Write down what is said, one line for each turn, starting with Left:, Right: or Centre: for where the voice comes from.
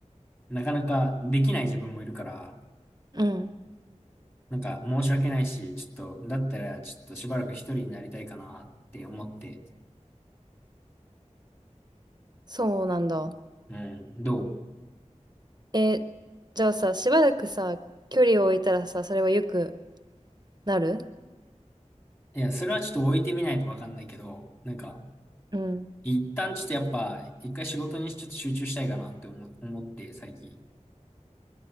Left: なかなかできない自分もいるから、
Right: うん。
Left: なんか申し訳ないし、ちょっと、だったらちょっとしばらく一人になりたいかなって思って、
Right: そうなんだ。
Left: うん、どう
Right: え、じゃあさ、しばらくさ、距離を置いたらさ、それはよくなる
Left: いや、それはちょっと置いてみないとわかんないけど、なんか、
Right: うん。
Left: 一旦ちょっとやっぱ、一回仕事にちょっと集中したいかなって思、思って、最近。